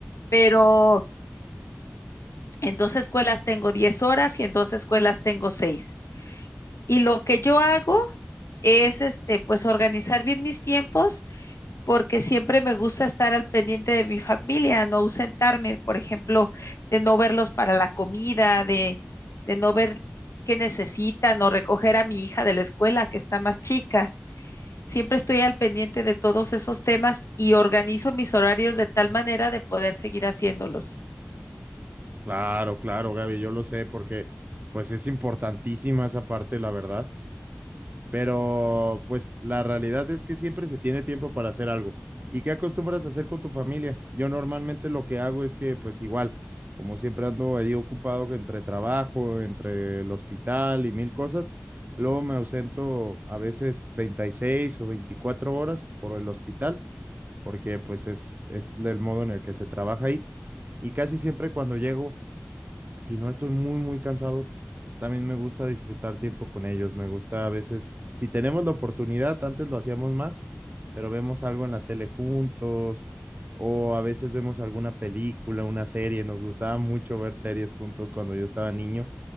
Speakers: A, on the left (about 80°); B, on the right (about 40°).
A: pero En dos escuelas tengo 10 horas y en dos escuelas tengo seis Y lo que yo hago es este, pues organizar bien mis tiempos porque siempre me gusta estar al pendiente de mi familia, no ausentarme, por ejemplo, de no verlos para la comida, de, de no ver qué necesitan o recoger a mi hija de la escuela que está más chica. Siempre estoy al pendiente de todos esos temas y organizo mis horarios de tal manera de poder seguir haciéndolos.
B: Claro, claro, Gaby, yo lo sé, porque pues es importantísima esa parte, la verdad. Pero pues la realidad es que siempre se tiene tiempo para hacer algo. ¿Y qué acostumbras a hacer con tu familia? Yo normalmente lo que hago es que pues igual, como siempre ando ahí ocupado entre trabajo, entre el hospital y mil cosas, luego me ausento a veces 36 o 24 horas por el hospital, porque pues es, es el modo en el que se trabaja ahí. Y casi siempre cuando llego si no estoy muy, muy cansado, también me gusta disfrutar tiempo con ellos. Me gusta a veces, si tenemos la oportunidad, antes lo hacíamos más, pero vemos algo en la tele juntos o a veces vemos alguna película, una serie. Nos gustaba mucho ver series juntos cuando yo estaba niño